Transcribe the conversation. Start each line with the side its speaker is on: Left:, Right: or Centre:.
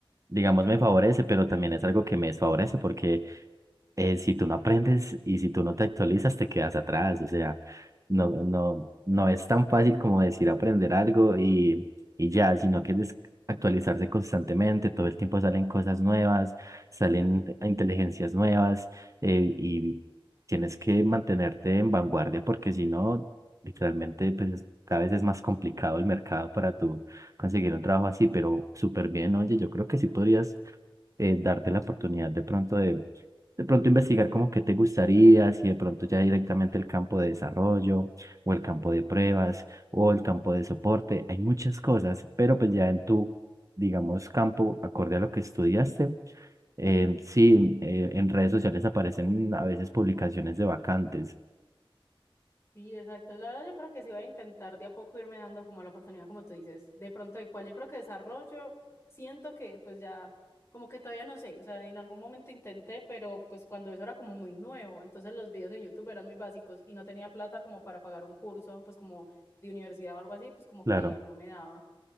Right: digamos, me favorece, pero también es algo que me desfavorece porque eh, si tú no aprendes y si tú no te actualizas, te quedas atrás. O sea, no, no,
Left: Mm,
Right: no es tan fácil como decir aprender algo y, y ya, sino que es actualizarse constantemente, todo el tiempo salen cosas nuevas, salen
Left: mm.
Right: inteligencias nuevas eh, y tienes que mantenerte en vanguardia porque si no, literalmente, pues es- cada vez es más complicado el mercado para tú conseguir un trabajo así, pero súper bien, oye, yo creo que sí podrías eh, darte la oportunidad de pronto de de pronto investigar como que te gustaría, si de pronto ya directamente el campo de desarrollo o el campo de pruebas o el campo de soporte, hay muchas cosas, pero pues ya en tu, digamos, campo, acorde a lo que estudiaste, eh, sí, eh, en redes sociales aparecen a veces publicaciones de vacantes,
Left: Sí, exacto. La verdad, yo creo que sí voy a intentar de a poco irme dando como la oportunidad, como tú dices, de pronto de cuál yo creo que desarrollo, siento que pues ya, como que todavía no sé, o sea, en algún momento intenté, pero pues cuando eso era como muy nuevo, entonces los videos en YouTube eran muy básicos y no tenía plata como para pagar un curso, pues como de universidad o algo así, pues como que
Right: claro.
Left: no me daba.